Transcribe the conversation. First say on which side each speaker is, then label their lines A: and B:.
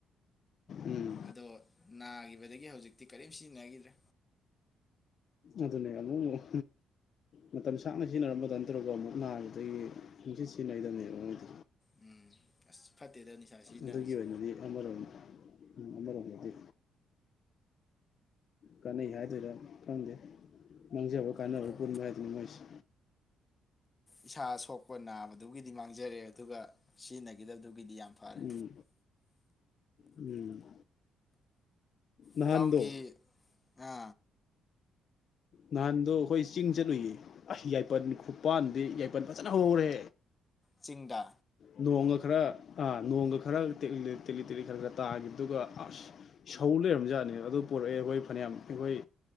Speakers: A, on the left (about 60°); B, on the left (about 25°).
A: ꯎꯝ
B: ꯑꯗꯣ ꯅꯥꯒꯤꯕꯗꯒꯤ ꯍꯧꯖꯤꯛꯇꯤ ꯀꯔꯤꯝ ꯁꯤꯖꯤꯟꯅꯒꯤꯗ꯭ꯔꯦ꯫
A: ꯑꯗꯨꯅꯦ ꯑꯃꯨꯛ ꯃꯨꯛ ꯃꯇꯝ ꯁꯥꯡꯅ ꯁꯤꯖꯤꯟꯅꯔꯝꯕꯗ ꯑꯗꯨꯃꯥꯏꯇꯧꯒ ꯑꯃꯨꯛ ꯅꯥꯒꯤꯕꯗꯒꯤ ꯁꯨꯡ ꯁꯤꯟ ꯁꯤꯖꯤꯟꯅꯩꯗꯕꯅꯦꯕ ꯃꯣꯏꯗꯣ꯫
B: ꯎꯝ ꯑꯁ ꯐꯠꯇꯦꯗ ꯅꯤꯁꯥ ꯁꯤꯖꯤꯟꯅꯕꯁꯦ
A: ꯑꯗꯨꯒꯤ ꯑꯣꯏꯅꯗꯤ ꯑꯃꯔꯣꯝ ꯎꯝ ꯑꯃꯔꯣꯝꯗꯗꯤ꯫ ꯀꯥꯟꯅꯩ ꯍꯥꯏꯗꯣꯏꯔꯥ ꯈꯪꯗꯦ ꯃꯥꯡꯖꯕ ꯀꯥꯟꯅꯕ
B: ꯍꯣꯏ
A: ꯄꯨꯟꯕ ꯍꯥꯏꯗꯅ ꯃꯣꯏꯖꯦ꯫
B: ꯏꯁꯥ ꯁꯣꯛꯄ ꯅꯥꯕꯗꯨꯒꯤꯗꯤ ꯃꯥꯡꯖꯔꯦ ꯑꯗꯨꯒ ꯁꯤꯖꯤꯟꯅꯒꯤꯗꯕꯗꯨ ꯒꯤꯗꯤ ꯌꯥꯝ ꯐꯔꯦ꯫
A: ꯎꯝ ꯎꯝ꯫ ꯅꯍꯥꯟꯗꯣ
B: ꯏꯇꯥꯎꯒꯤ ꯉꯥ꯫
A: ꯅꯍꯥꯟꯗꯣ ꯑꯩꯈꯣꯏ ꯆꯤꯡ ꯆꯠꯂꯨꯏꯌꯦ ꯑꯩꯁ ꯌꯥꯏꯄꯟ ꯈꯨꯄꯥꯟꯗꯤ ꯌꯥꯏꯄꯟ ꯐꯖꯅ ꯍꯧꯍꯧꯔꯦ꯫
B: ꯆꯤꯡꯗꯥ꯫
A: ꯅꯣꯡꯒ ꯈꯔꯥ ꯇ ꯅꯣꯡꯒ ꯈꯔ ꯇꯦꯛꯂꯤ ꯇꯦꯛꯂꯤ ꯈꯔ ꯈꯔ ꯇꯥꯈꯤꯕꯗꯨꯒ ꯑꯁ ꯁꯧ ꯂꯩꯔꯝꯖꯥꯠꯅꯦꯕ ꯑꯗꯨ ꯄꯣꯔꯛꯑꯦ ꯑꯩꯈꯣꯏ ꯐꯅꯌꯥꯝ ꯑꯩꯈꯣꯏ